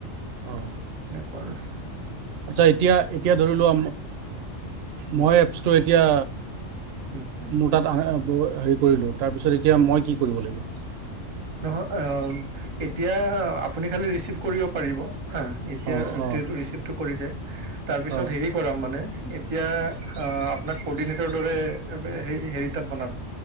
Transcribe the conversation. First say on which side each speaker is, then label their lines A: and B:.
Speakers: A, on the right; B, on the right.
A: অ
B: ওপৰ
A: আচ্ছা এতিয়া এতিয়া ধৰিলো
B: উম
A: মই এপছটো এতিয়া
B: উম
A: মোৰ তাত অহা নাই হেৰি কৰিলোঁ তাৰপিছত এতিয়া মই
B: অ
A: কি কৰিব লাগিব
B: নহয় অ এতিয়া আপুনি খালি ৰিচিভ কৰিব পাৰিব হয় এতিয়া
A: অ অ
B: যিহেতু ৰিচিভটো কৰিছে তাৰ পিছত
A: অ
B: হেৰি কৰাম মানে এতিয়া আ আপোনাক কৰ্ডিনেটৰ দৰে বে হেৰি তাত বনাম